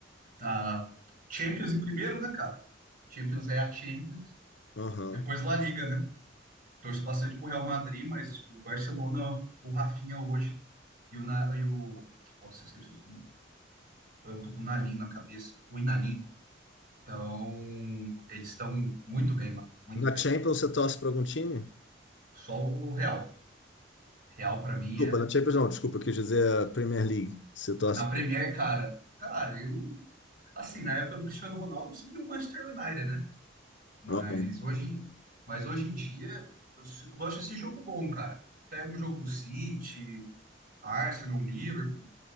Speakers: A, on the right; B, on the left.
A: tá, Champions em primeiro, né, cara? Champions é a Champions.
B: Aham.
A: Depois La Liga, né? Torço bastante pro Real Madrid, mas o Barcelona com o Rafinha hoje e o, Na- e o nossa, eu sempre esqueço o nome. eu tô com o Nalim na cabeça, o Inalim. Então, eles estão muito bem, mano, muito
B: Na
A: bem.
B: Champions você torce para algum time?
A: Só o Real. Real pra mim
B: Desculpa,
A: é
B: na Champions não, desculpa, eu quis dizer a Premier League. Você torce.
A: na Premier, cara. Cara, eu assim, na época do Cristiano Ronaldo, eu segui o Manchester United, né? Mas
B: Aham.
A: hoje, mas hoje em dia, eu s- eu gosto desse jogo bom, cara. Pega um jogo do City, Arsenal, Liverpool,